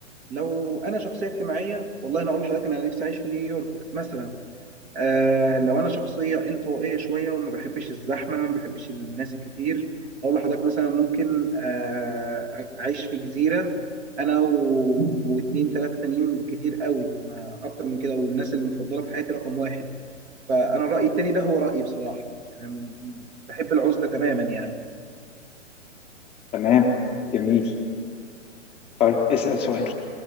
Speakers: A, on the right; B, on the left.
A: لو انا شخصيه اجتماعيه والله انا اقول لحضرتك إن انا نفسي اعيش في نيويورك مثلا آه لو انا شخصيه انطوائيه شويه وما بحبش الزحمه وما بحبش الناس الكتير اقول لحضرتك مثلا ممكن آه اعيش في جزيره انا و- واتنين تلاته تانيين كتير قوي ما اكتر من كده والناس المفضله في حياتي رقم واحد فانا الراي التاني ده هو رايي بصراحه انا م- بحب العزله تماما يعني
B: تمام جميل طيب اسأل سؤال